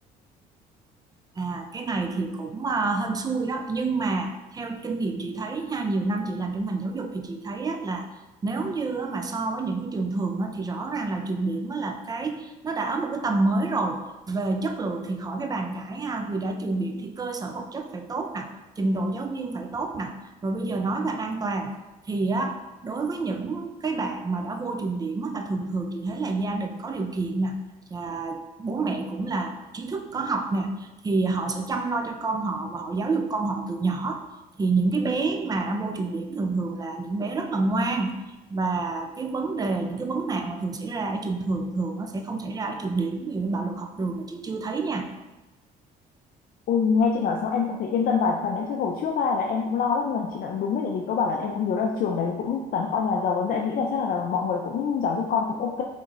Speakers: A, on the right; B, on the left.
A: À, cái này thì cũng à, hên xui đó nhưng mà theo kinh nghiệm chị thấy nha nhiều năm chị làm trong ngành giáo dục thì chị thấy á, là nếu như á, mà so với những cái trường thường á, thì rõ ràng là trường điểm á, là cái nó đã ở một cái tầm mới rồi về chất lượng thì khỏi phải bàn cãi ha vì đã trường điểm thì cơ sở vật chất phải tốt nè trình độ giáo viên phải tốt nè rồi bây giờ nói về an toàn thì á, đối với những cái bạn mà đã vô trường điểm á, là thường thường chị thấy là gia đình có điều kiện nè và bố mẹ cũng là trí thức có học nè thì họ sẽ chăm lo cho con họ và họ giáo dục con họ từ nhỏ thì những cái bé mà vô trường điểm thường thường là những bé rất là ngoan và cái vấn đề những cái vấn nạn mà thường xảy ra ở trường thường thường nó sẽ không xảy ra ở trường điểm vì bạo lực học đường là chị chưa thấy nha
B: Ui, nghe chị nói xong em cũng thấy yên tâm vài phần đấy chứ hồi trước ai là em cũng lo lắm nhưng mà chị nói đúng đấy tại vì cơ bản là em cũng nhớ là trường đấy cũng toàn con nhà giàu lắm em nghĩ là chắc là, là mọi người cũng giáo dục con cũng ok